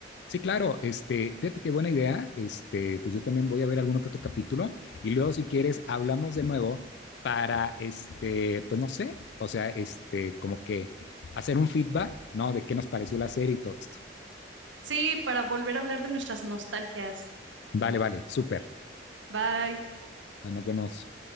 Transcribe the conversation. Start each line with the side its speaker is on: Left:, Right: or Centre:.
Left: Sí, claro, este, fíjate qué buena idea. Este, pues yo también voy a ver alguno que otro capítulo y luego si quieres hablamos de nuevo para este, pues no sé, o sea, este, como que hacer un feedback, ¿no? De qué nos pareció la serie y todo esto.
Right: Sí, para volver a hablar de nuestras nostalgias.
Left: Vale, vale, súper.
Right: Bye.
Left: Bueno, Nos vemos.